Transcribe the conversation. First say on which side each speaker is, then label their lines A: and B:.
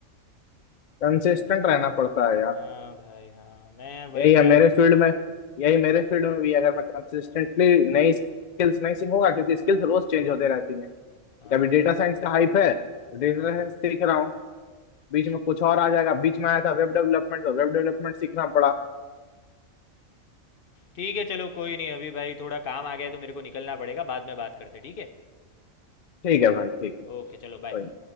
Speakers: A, on the left; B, on the left.
A: कंसिस्टेंट रहना पड़ता है यार
B: हाँ भाई हाँ मैं वही
A: यही
B: ट्राई
A: है मेरे
B: कर रहा
A: फील्ड
B: हूँ
A: में यही मेरे फील्ड में भी अगर मैं कंसिस्टेंटली नई स्किल्स नहीं सीखूंगा क्योंकि स्किल्स रोज चेंज होते रहती हैं
B: हाँ
A: कभी डेटा
B: भाई
A: साइंस का हाइप है तो
B: हाँ
A: डेटा साइंस सीख रहा हूँ बीच में कुछ और आ जाएगा बीच में आया था वेब डेवलपमेंट तो वेब डेवलपमेंट सीखना पड़ा
B: ठीक है चलो कोई नहीं अभी भाई थोड़ा काम आ गया है तो मेरे को निकलना पड़ेगा बाद में बात करते हैं ठीक है
A: ठीक है भाई ठीक है
B: ओके चलो
A: कोई
B: बाय
A: नहीं।